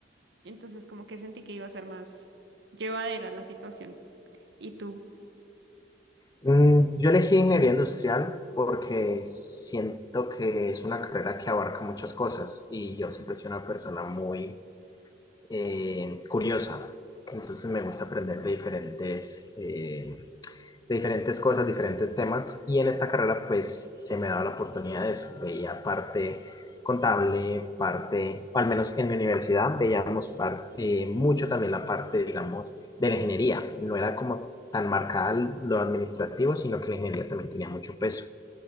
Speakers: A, on the right; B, on the left.
A: Entonces, como que sentí que iba a ser más llevadera la situación. Y tú,
B: Mm, yo elegí ingeniería industrial porque siento que es una carrera que abarca muchas cosas y yo siempre soy una persona muy eh, curiosa. Entonces me gusta aprender de diferentes eh, de diferentes cosas, diferentes temas, y en esta carrera pues se me daba la oportunidad de eso, veía parte contable, parte, al menos en mi universidad, veíamos parte, mucho también la parte, digamos, de la ingeniería, no era como tan marcada lo administrativo, sino que la ingeniería también tenía mucho peso.